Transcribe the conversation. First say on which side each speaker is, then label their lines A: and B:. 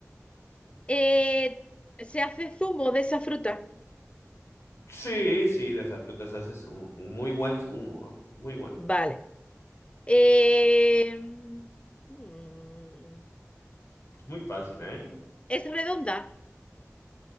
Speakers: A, on the left; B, on the left.
A: Eh, ¿se hace zumo de esa fruta?
B: Sí, sí, de esa fruta se hace zumo, un muy buen zumo, ¿eh? muy bueno,
A: Vale. Eh, mm,
B: muy fácil, ¿eh?
A: es redonda.